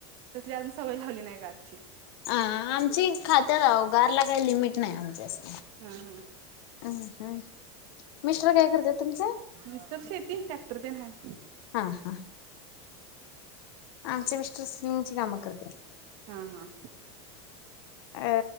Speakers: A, on the right (about 50°); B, on the left (about 65°).
A: तसली अजून सवय लावली नाय गारची.
B: ह आमची खात्यात आव गारला काय लिमिट नाय आमच्या अस
A: हा हा.
B: आणि काय मिस्ट्रर काय करत्यात तुमचे?
A: मिस्टर शेती ट्रॅक्टर ते ना हाय.
B: हा हा आमचे मिस्टर सिंगची कामं करत्यात.
A: हा हा.
B: अ